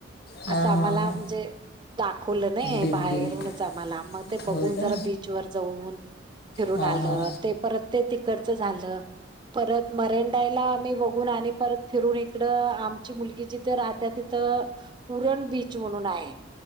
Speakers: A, on the left; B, on the right.
A: हां
B: असं आम्हाला
A: हां हां
B: म्हणजे दाखवलं नई,
A: बीच
B: बाहेरूनच
A: बीच
B: आम्हाला मग ते बघून
A: होय
B: जरा
A: का
B: बीचवर जाऊन फिरून
A: हां
B: आलं.
A: हां
B: ते परत ते तिकडचं झालं. परत मरेंडायला आम्ही बघून आणि परत फिरून इकड आमची मुलगी जिथ राहत्या तिथ उरण बीच म्हणून आहे.